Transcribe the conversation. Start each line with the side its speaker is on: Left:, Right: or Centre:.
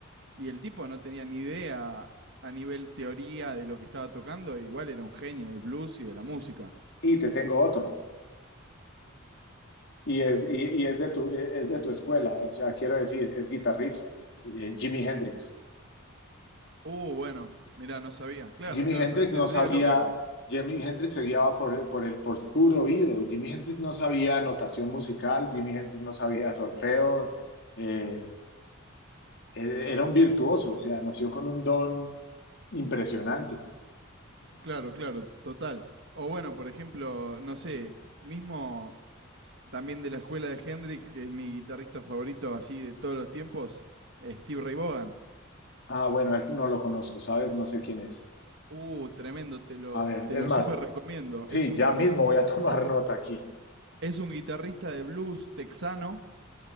Right: y el tipo no tenía ni idea a nivel teoría de lo que estaba tocando, e igual era un genio del blues y de la música.
Left: Y te tengo otro. Y es, y, y es de tu, e, es de tu escuela, eh, o sea, quiero decir, es guitarrista, eh, Jimi Hendrix.
Right: Uh, bueno, mirá, no sabía. Claro,
Left: Jimi
Right: claro,
Left: Hendrix
Right: pero tendría
Left: no sabía,
Right: lógica.
Left: Jimi Hendrix se guiaba por, el- por el por puro oído. Jimi Hendrix no sabía notación musical, Jimi Hendrix no sabía solfeo. eh, e, era un virtuoso, o sea, nació con un don impresionante.
Right: Claro, claro, total. O bueno, por ejemplo, no sé, mismo también de la escuela de Hendrix, que es mi guitarrista favorito así de todos los tiempos, eh, Steve Ray Vaughan.
Left: Ah, bueno, a él no lo conozco, ¿sabes? No sé quién es.
Right: Uh, tremendo, te lo,
Left: A ver,
Right: te
Left: es
Right: lo
Left: más,
Right: súper recomiendo.
Left: sí,
Right: Es un,
Left: ya mismo voy a <laughs> tomar nota aquí.
Right: es un guitarrista de blues texano